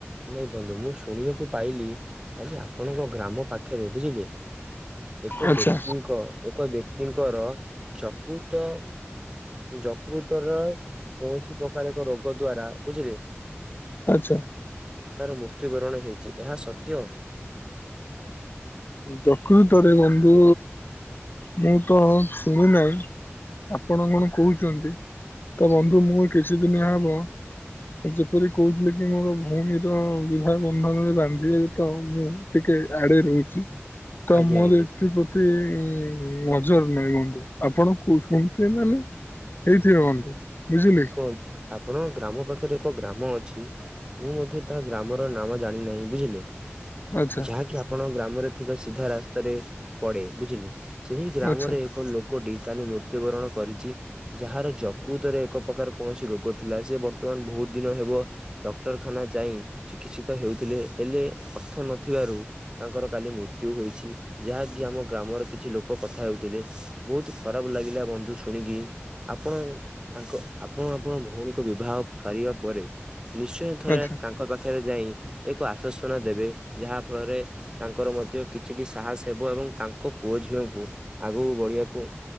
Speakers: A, on the right; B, on the left.
A: ନାଇଁ ବନ୍ଧୁ ମୁଁ ଶୁଣିବାକୁ ପାଇଲି କାଲି ଆପଣଙ୍କ ଗ୍ରାମ ପାଖରେ ବୁଝିଲେ ଏକ
B: ଆଚ୍ଛା
A: ବ୍ୟକ୍ତିଙ୍କ ଏକ ବ୍ୟକ୍ତିଙ୍କର ଯକୃତ ଯକୃତର କୌଣସି ପ୍ରକାର ଏକ ରୋଗ ଦ୍ଵାରା ବୁଝିଲେ
B: ଆଛା।
A: ତାର ମୃତ୍ୟୁବରଣ ହେଇଚି ଏହା ସତ୍ୟ।
B: ଯକୃତରେ ବନ୍ଧୁ ମୁଁ ତ ଶୁଣି ନାହିଁ। ଆପଣ କଣ କହୁଚନ୍ତି ତ ବନ୍ଧୁ ମୁଁ କିଛି ଦିନ ହବ ଯେପରି କହୁଥିଲେ କି ମୋର ଭଉଣୀର ବିବାହ ବନ୍ଧନରେ ବାନ୍ଧିବେ ତ ମୁଁ ଟିକେ ଏ ଆଡେ ରହୁଚି ତ
A: ଆଜ୍ଞା
B: ମୋର
A: ଆଜ୍ଞା
B: ଏଥିପ୍ରତି ନଜର ନାଇଁ ବନ୍ଧୁ ଆପଣ କୁଷ୍ଣ ଙ୍କ ଥିବ ମାରଲେ ହେଇଥିବ ବନ୍ଧୁ। ବୁଝିଲେ କି
A: ଶୁଣନ୍ତୁ ଆପଣଙ୍କ ଗ୍ରାମ ପାଖରେ ଏକ ଗ୍ରାମ ଅଛି ମୁଁ ମଧ୍ୟ ତା ଗ୍ରାମ ର ନାମ ଜାଣିନାହିଁ ବୁଝିଲେ।
B: ଆଚ୍ଛା
A: ଯାହାକି ଆପଣ ଗ୍ରାମରେ ଥିବା ସିଧା ରାସ୍ତାରେ ପଡେ ବୁଝିଲେ। ସେହି ଗ୍ରାମରେ
B: ଆଚ୍ଛା
A: ଏକ ଲୋକଟି କାଲି ମୃତ୍ୟୁବରଣ କରିଚି ଯାହାର ଯକୃତରେ ଏକ ପ୍ରକାର କୌଣସି ରୋଗ ଥିଲା ସେ ବର୍ତ୍ତମାନ ବହୁତ ଦିନ ହେବ ଡକ୍ଟରଖାନା ଯାଇ ଚିକିତ୍ସିତ ହେଉ ତି ଥିଲେ ହେଲେ ଅର୍ଥ ନଥିବାରୁ ତାଙ୍କର କାଲି ମୃତ୍ୟୁ ହୋଇଛି ଯାହାକି ଆମ ଗ୍ରାମର କିଛି ଲୋକ କଥା ହେଉଥିଲେ ବହୁତ ଖରାପ ଲାଗିଲା ବନ୍ଧୁ ଶୁଣିକି ଆପଣ ତାଙ୍କ ଆପଣ ଆପଣ ଭଉଣୀ ବିବାହ ସାରିବା ପରେ ନିଶ୍ଚୟ ଥଆ
B: ଆଚ୍ଛା
A: ତାଙ୍କ ପାଖରେ ଯାଇ ଏକ ଆଶ୍ଵସନା ଦେବେ ଯାହା ଫଳରେ ତାଙ୍କର ମଧ୍ୟ କିଛିଟି ସାହସ ହେବ ଏବଂ ତାଙ୍କ ପୁଅ ଝିଅଙ୍କୁ ଆଗକୁ ବଢିବାକୁ